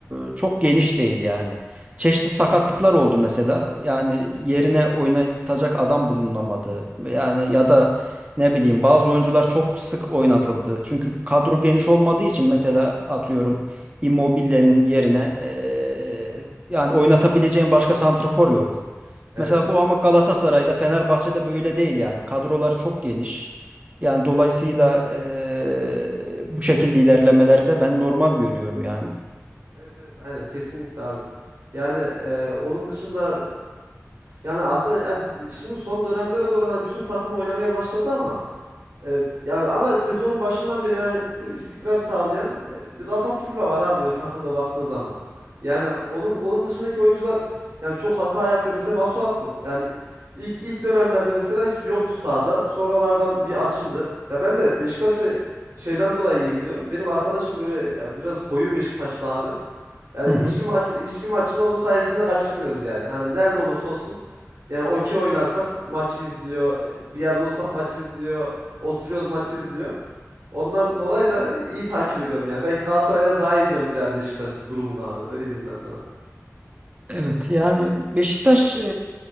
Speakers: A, on the right; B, on the right.
A: e, çok geniş değil yani. Çeşitli sakatlıklar oldu mesela yani yerine oynatacak adam bulunamadı yani ya da ne bileyim bazı oyuncular çok sık oynatıldı. Çünkü kadro geniş olmadığı için mesela atıyorum Immobile'nin yerine e, yani oynatabileceğin başka santrafor yok.
B: Evet.
A: Mesela bu ama Galatasaray'da, Fenerbahçe'de böyle değil yani. Kadroları çok geniş. Yani dolayısıyla eee, bu şekilde ilerlemeleri de ben normal görüyorum yani.
B: Evet evet aynen kesinlikle abi. Yani e, onun dışında Yani aslında ya şimdi son dönemlere doğru hani bütün takım oynamaya başladı ama e, ya ama sezonun başından beri yani full istikrar sağlayan e, bir Rafa Silva var abi böyle takımda baktığın zaman. Yani onun onun dışındaki oyuncular yani çok hata yapıyor. Mesela Masuaku yani ilk ilk dönemlerde mesela hiç yoktu sahada. Sonralardan bir açıldı. Ya ben de Beşiktaş'ı şeyden dolayı iyi biliyorum. Benim arkadaşım böyle ya biraz koyu Beşiktaşlı abi. Yani
A: Hı hı.
B: hiçbir maç hiçbir maçın onun sayesinde kaçırmıyoruz yani. Hani nerede olursa olsun yani okey oynarsak maç izliyor. Bir yerde olsak maç izliyor. Oturuyoruz maç izliyor. Ondan dolayı da iyi takip ediyorum yani. Belki Galatasaray'dan daha iyi biliyorumdur yani Beşiktaş'ın durumunu abi. Öyle diyeyim ben sana.
A: Evet yani Beşiktaş e,